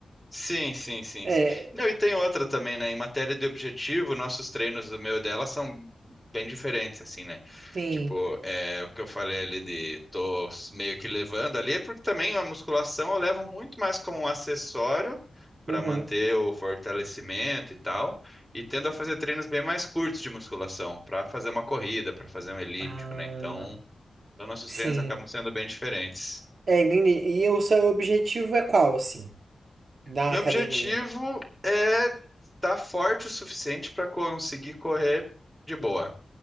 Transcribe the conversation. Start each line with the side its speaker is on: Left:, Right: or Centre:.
Centre: Sim, sim, sim,
Right: É,
Centre: sim. Não, e tem outra também, né? Em matéria de objetivo, nossos treinos do meu e dela são bem diferentes, assim, né?
Right: Sim.
Centre: Tipo, é, o que eu falei ali de tô meio que levando ali, é porque também a musculação eu levo muito mais como um acessório para
Right: Uhum.
Centre: manter o fortalecimento e tal, e tendo a fazer treinos bem mais curtos de musculação, para fazer uma corrida, para fazer um elíptico,
Right: Ah,
Centre: né? Então, então, nossos
Right: sim.
Centre: treinos acabam sendo bem diferentes.
Right: É, entendi. E o seu objetivo é qual, assim, da
Centre: Meu
Right: academia?
Centre: objetivo é estar forte o suficiente para conseguir correr de boa.